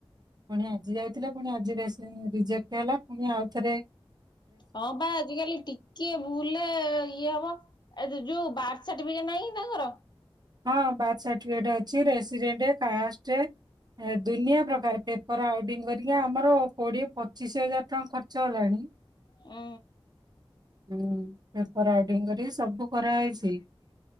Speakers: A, on the right (about 45°); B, on the left (about 50°).
A: ପୁଣି ଆଜି ଯାଇଥିଲେ ପୁଣି ଆଜିରେ ରିଜେକ୍ଟ ହେଲା ପୁଣି ଆଉଥରେ
B: ହଁ ବା। ଆଜିକାଲି ଟିକେ ଭୁଲେ ଇଏ ହବ ଏ ଯ - ଯୋଉ ବ ସାଟିଫିକେଟ ନାହିଁ ତାଙ୍କର।
A: ହଁ ବାର୍ଥ ସାର୍ଟିଫିକେଟ ଅଛି ରେସିଡେଣ୍ଟ, କାଷ୍ଟେ ଦୁନିଆ ପ୍ରକାର ପେପର ଆଉଟିଙ୍ଗ କରିକି ଆମର କୋଡିଏ ପଚିଶି ହଜାର ଟଙ୍କା ଖର୍ଚ୍ଚ ହେଲାଣି।
B: ହୁଁ।
A: ହୁଁ। <unintelligible> <unintelligible> ସବୁ କରାହେଇଚି।